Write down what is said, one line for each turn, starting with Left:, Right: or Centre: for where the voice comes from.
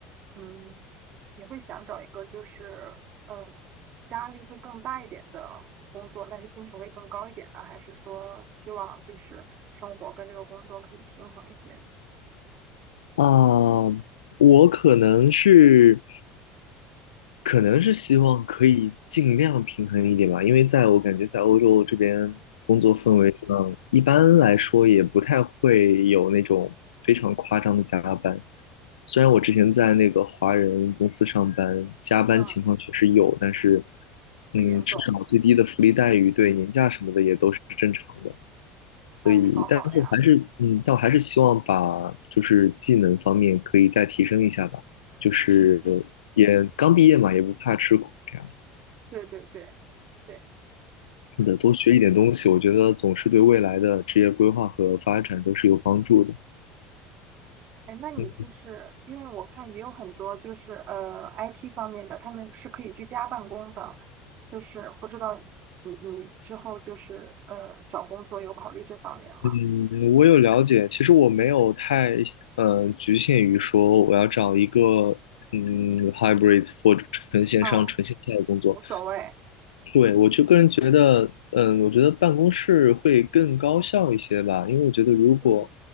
Right: 嗯，你会想找一个就是呃压力会更大一点的工作，但是薪酬会更高一点呢？还是说希望就是生活跟这个工作可以平衡一些？
Left: 啊，我可能是，可能是希望可以尽量平衡一点吧，因为在我感觉在欧洲这边工作氛围上，一般来说也不太会有那种非常夸张的加班。虽然我之前在那个华人公司上班，加班情况确实有，
Right: 嗯，
Left: 但是，
Right: 不严重，
Left: 嗯，至少最低的福利待遇对年假什么的也都是正常的。所以，
Right: 哎，好好呀，
Left: 但是还是，嗯，但我还是希望把就是技能方面可以再提升一下吧，就是
Right: 嗯嗯，
Left: 也刚毕业嘛，也不怕吃苦这样子。
Right: 对对对对，
Left: 是的，
Right: 嗯。
Left: 多学一点东西，我觉得总是对未来的职业规划和发展都是有帮助的。
Right: 哎，那你就是因为我看也有很多就是呃
Left: 嗯
Right: IT 方面的，他们是可以居家办公的，就是不知道你你之后就是呃找工作有考虑这方面吗？
Left: 嗯，我有了解，其实我没有太，呃，局限于说我要找一个，嗯，hybrid 或者纯线上、
Right: 啊，
Left: 纯线下的工作。
Right: 无所谓。
Left: 对，我就个人觉得，嗯，我觉得办公室会更高效一些吧，因为我觉得如果
Right: 嗯，